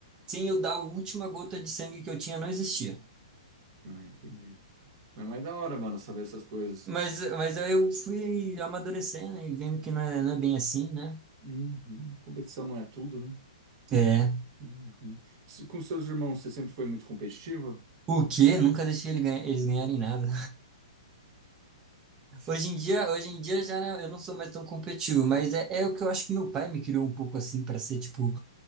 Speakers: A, on the right; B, on the right.
A: sem eu dar a última gota de sangue que eu tinha, não existia.
B: Ah, entendi. Mas é mais da hora, mano, saber essas coisas.
A: Mas, mas aí eu fui amadurecendo e vendo que não é, não é bem assim, né?
B: Uhum. Competição não é tudo, né?
A: É.
B: Uhum. Se- Com seus irmãos, você sempre foi muito competitiva?
A: O quê? Nunca deixei ele ganha- eles ganharem nada.
B: <laughs>
A: Hoje em dia, hoje em dia já não- eu não sou mais tão competitivo, mas é, é o que eu acho que meu pai me criou um pouco assim pra ser, tipo,